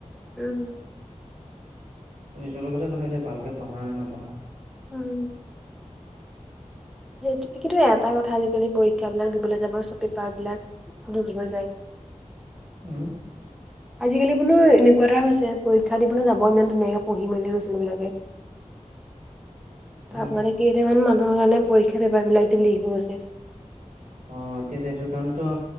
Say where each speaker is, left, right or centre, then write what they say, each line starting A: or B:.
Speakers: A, in the centre; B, on the right.
A: উম।
B: নিজৰ লগতে কথা এতিয়া ভালকৈ পঢ়া নে নপঢ়া।
A: উম সেই কিন্তু এটা কথা আজিকালি পৰীক্ষা বিলাক দিবলৈ যাব চব পেপাৰ বিলাক লিগ হৈ যায়।
B: উম
A: আজিকালি বোলো এনেকুৱা এটা হৈছে পৰীক্ষা দিবলৈ যাব ইমান ধুনীয়াকে পঢ়ি মেলি ল'ৰা-ছোৱালী বিলাকে।
B: <inaudible> উম
A: তাৰপৰা নেকি কেইটামান মানুহৰ কাৰণে পৰীক্ষাৰ পেপাৰবিলাক যে লিগ হৈ আছে।
B: অ এতিয়া সিহতৰ কাৰণেতো